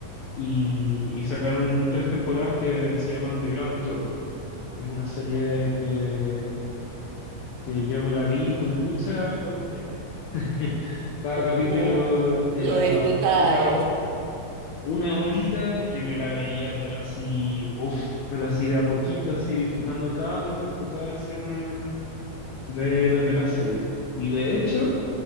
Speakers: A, on the left; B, on the right.
A: Y, y sacaron tres temporadas que se llaman The Grand Tour, que es una serie que, que yo me la vi con mucha cautela. <laughs> Cada capítulo
B: Mm,
A: era
B: Lo disfrutaba
A: una,
B: y así como,
A: Una horita que me la veía, pero así, uff, pero así de a poquito, así disfrutando cada momento, cada escena de, de la serie. Y de hecho,